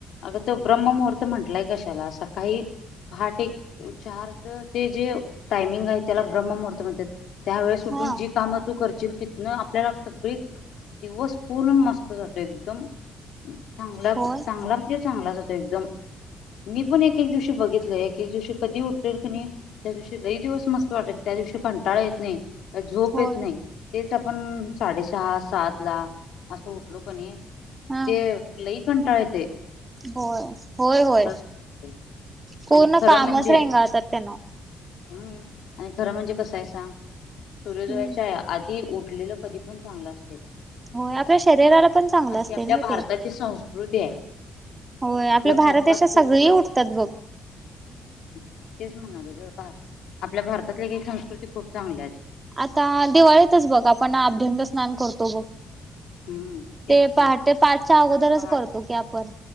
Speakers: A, on the left; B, on the right.
A: अगं तो ब्रह्ममुहूर्त म्हटलाय कशाला असं काही आठ एक चारच ते जे टायमिंग आहे त्याला ब्रह्म मुहूर्त म्हणतात त्यावेेळे सुटून
B: हा
A: जी कामं तू करशील न आपल्याला सगळी दिवस पूर्ण मस्त जातो एकदम चांगला चांगला
B: होय
A: म्हणजे चांगलाचातो एकदम मी पण एक एक दिवशी बघितलंय की दिवशी कधी उठेल क नाही त्या दिवशी लही दिवस मस्त वाटेल त्या दिवशी कंटाळा येत नाही झोप
B: होय
A: येत नाही तेच आपण साडेसहा सात ला असं उठलो कणी
B: हा
A: ते लई कंटाळते
B: होय होय होय
A: वाटतंय
B: पूर्ण
A: आणि खरं
B: कामच
A: म्हणजे
B: रेंगळतात त्यांना
A: हम्म आणि खरं म्हणजे कसायचा सूर्योदयाच्या
B: हम्म.
A: आहे आ ते उठलेलं कधी पण चांगलं असते
B: होय आपल्या शरीराला पण चांगलं असते
A: ती आपल्या
B: नाही
A: भारताची
B: ते
A: संस्कृती आहे
B: होय आपल्या
A: भारतात
B: भारत देशात
A: सूर्योदयाची
B: सगळीही उठतात बघ
A: तेच म्हणाले ग आपल्या भारतातल्या का संस्कृती खूप चांगल्या आहे
B: आता दिवाळीतच बघ आपण अभढंद स्नान करतो बघ
A: हम्म तेच
B: ते
A: की
B: पहाट ते पाचच्या अगोदरच
A: पहाट
B: करतो की आपण